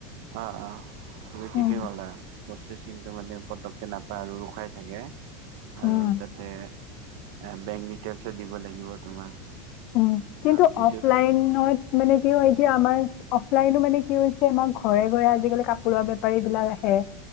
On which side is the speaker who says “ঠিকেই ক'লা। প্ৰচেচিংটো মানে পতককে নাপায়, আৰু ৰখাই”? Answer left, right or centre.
Right